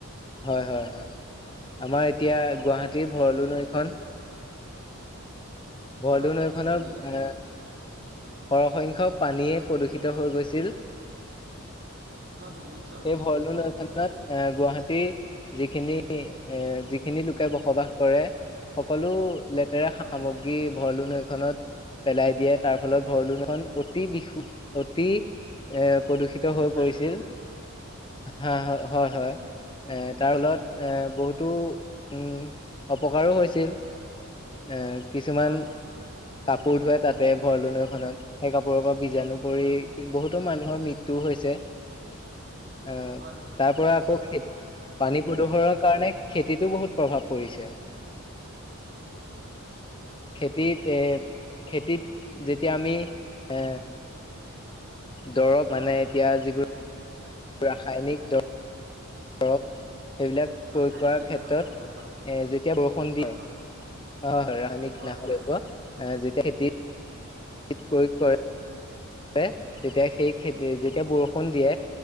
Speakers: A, on the left; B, on the right.
A: হয় হয় হয়, আমাৰ এতিয়া গুৱাহাটীৰ ভৰলো
B: হয়
A: নৈখন
B: এতিয়া
A: ভৰলু
B: হয় হয়
A: নৈখনৰ
B: নি
A: এ
B: নিৰ্দিষ্ট
A: সৰহসংখ্যক পানীয়ে প্ৰদূষিত হৈ গৈছিল।
B: হয় হয় নিৰ্দিষ্ট
A: এই ভৰলু নৈখনত।
B: স্বৰূপে
A: এ গুৱাহাটীৰ যিখিনি এ যিখিনি লোকে বসবাস কৰে সকলো লেতেৰা
B: হয়
A: সামগ্ৰী
B: হয়
A: ভৰলো নৈখনত পেলাই দিয়ে তাৰ ফলত ভৰলো নৈখন অতি বিশুদ্ধ অতি এ প্ৰদূষিত হৈ
B: বিষাক্ত
A: পৰিছিল
B: বিষাক্ত
A: হা হয় হয়। এ তাৰ লগত এ বহুতো উম অপকাৰো হৈছিল। এ কিছুমান
B: হয় হয় হয় নিশ্চিত
A: কাপোৰ ধোৱে তাতে ভৰলো নৈখনত সেই কাপোৰৰ পৰা বীজাণু পৰি
B: হয়
A: বহুতো মানুহৰ মৃত্যু হৈছে। আহ
B: হয় হয়
A: তাৰ পৰা আকৌ খে পানী প্ৰদূষণৰ কাৰণে খেতিতো বহুত প্ৰভাৱ পৰিছে। খেতিত এ খেতিত যেতিয়া আমি এ দৰৱ
B: হয়
A: মানে
B: হয়
A: এতিয়া
B: হয়
A: যিবোৰ ৰাসায়নিক দৰৱ দৰব সেইবিলাক
B: ৰাসায়নিক
A: কয় কৰাৰ
B: কীটনাশক
A: ক্ষেত্ৰত
B: দ্ৰব্য হয়
A: এ যেতিয়া বৰষুণ দিয়ে।
B: হয়
A: অ
B: হয়
A: হয় ৰাসায়নিক
B: হয়
A: নাশ
B: হয়
A: দ্ৰৱ্য আহ যেতিয়া খেতি প্ৰয়োগ
B: হয়
A: কৰে। এ তেতিয়া সেই খেতি যেতিয়া বৰষুণ দিয়ে।